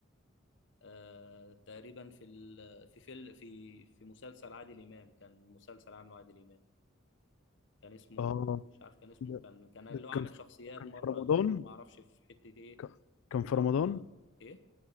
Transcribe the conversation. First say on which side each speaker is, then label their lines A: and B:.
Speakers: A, on the left; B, on the left.
A: آه، تقريبا في ال... في فيل... في في مسلسل عادل امام كان مسلسل عامله عادل امام كان اسمه
B: آه
A: مش عارف كان اسمه
B: ده
A: كان كان اللي
B: ده
A: هو عامل
B: كان
A: شخصيات
B: ده كان
A: مره
B: في رمضان
A: دكتور ما اعرفش في حته ايه
B: ك- كان
A: ومره
B: في رمضان
A: ايه